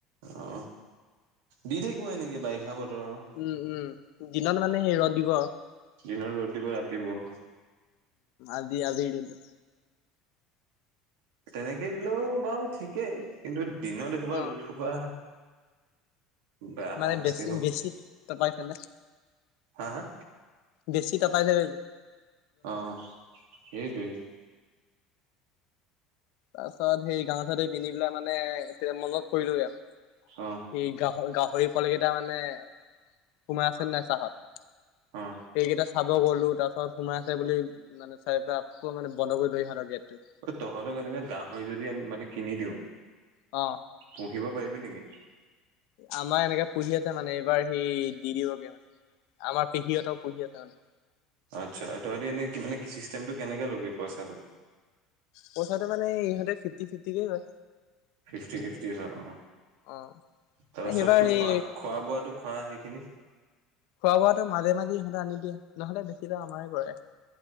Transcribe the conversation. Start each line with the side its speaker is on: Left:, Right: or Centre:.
Right: অ দি থাকিব এনেকে বাৰিষা বতৰ আৰু
Left: উম উম দিনত মানে সেই ৰ'দ দিব।
Right: দিনত ৰ'দ দিব ৰাতি বৰষুণ।
Left: আজি আজিৰ দিনটো
Right: তেনেকে দিলেও বাৰু ঠিকেই কিন্তু দিনত এইসোপা
Left: অ'
Right: ৰ'দ সোপা বেয়া
Left: মানে
Right: হাৰাশাস্তি
Left: বেছি
Right: হ'ব
Left: বেছি তপাইছে নে
Right: হা হা
Left: বেছি তপাইছে
Right: অ সেইটোৱেতো
Left: তাৰ পাছত সেই গাঁও <unintelligible> পিন্ধি পেলাই মানে মনত পুৰিলো আৰু
Right: অ।
Left: এই গাহৰি গাহৰি পোৱালি কেইটা মানে সোমাই আছে নাই চাহত?
Right: অ
Left: সেইকেইটা চাব গলো তাৰ পিছত সোমাই আছে বুলি মানে চাই পেলাই আকৌ মানে বন্ধ কৰি থৈ আহিলোঁ আৰু গেটটো
Right: ঐ তহঁতক এনেকে গাহৰি যদি আমি মানে কিনি দিওঁ
Left: অ।
Right: পুহিব পাৰিবি নিকি?
Left: আমাৰ এনেকে পুহি আছে মানে এইবাৰ সেই দি‌ দিবগে মানে আমাৰ পেহীহঁতৰ পুহি আছে মানে
Right: আচ্ছা তহঁতি এনে কি মানে কি চিষ্টেমটো কেনেকে ল'বি পইচাটো?
Left: পইচাটো মানে ইহঁতে ফিফটি ফিফটিকেই কয়।
Right: ফিফটি ফিফটি হয় অ
Left: অ
Right: তাৰপা
Left: সেইবাৰ
Right: চবতো
Left: সেই
Right: খোৱা খোৱা বোৱাটো খোৱা সেইখিনি?
Left: খোৱা বোৱাটো মাজে মাজে ইহঁতে আনি দিয়ে নহ'লে বেছি আমাৰে খুৱাই।